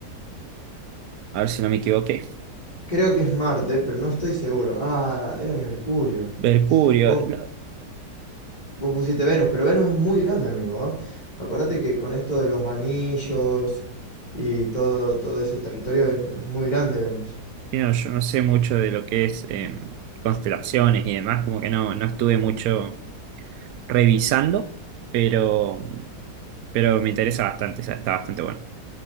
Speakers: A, on the right; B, on the left.
A: A ver si no me equivoqué.
B: creo que es Marte, pero no estoy seguro. Ah, era Mercurio.
A: Mercurio.
B: Vos,
A: No,
B: vos pusiste Venus, pero Venus es muy grande, amigo. ¿ah? Acordate que con esto de los anillos y todo, todo ese territorio es, es muy grande Venus.
A: mira, yo no sé mucho de lo que es em, constelaciones y demás, como que no, no estuve mucho revisando, pero, pero me interesa bastante, o sea, está bastante bueno.